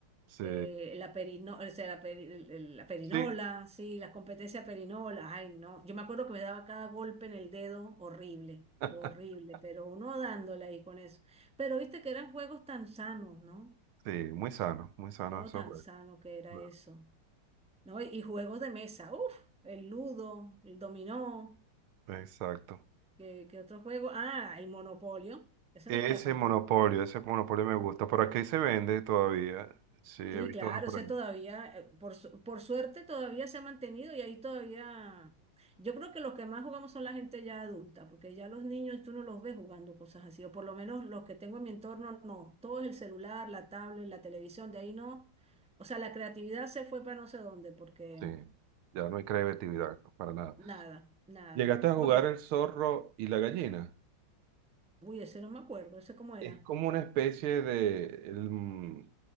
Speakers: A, on the right (about 80°); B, in the centre.
A: Sí,
B: eh, la perino, o sea, la, peri- el- el- la perinola,
A: sí,
B: sí, las competencias perinola, ay, no. Yo me acuerdo que me daba cada golpe en el dedo horrible,
A: <laughs>
B: horrible, pero uno dándole ahí con eso. Pero viste que eran juegos tan sanos, ¿no?
A: sí, muy sano, muy sano
B: Todo
A: esos
B: tan
A: juegos.
B: sano que era
A: Claro.
B: eso. ¿no? Y, y juegos de mesa, uff, el ludo, el dominó,
A: Exacto.
B: ¿qué, qué otro juego? Ah, el monopolio, eso
A: Ese
B: no podía faltar.
A: monopolio, ese monopolio me gusta. Por aquí se vende todavía. Sí, he
B: Sí,
A: visto
B: claro,
A: uno por
B: ese
A: allí.
B: todavía, eh, por, su- por suerte todavía se ha mantenido y ahí todavía, yo creo que los que más jugamos son la gente ya adulta, porque ya los niños tú no los ves jugando cosas así, o por lo menos los que tengo en mi entorno no, todo es el celular, la tablet, la televisión, de ahí no, o sea, la creatividad se fue para no sé dónde, porque
A: Sí, ya no hay creatividad para nada.
B: nada, nada,
A: ¿Llegaste a
B: porque,
A: jugar el zorro y la gallina?
B: uy, ese no me acuerdo, ese cómo era.
A: Es como una especie de... el, mm,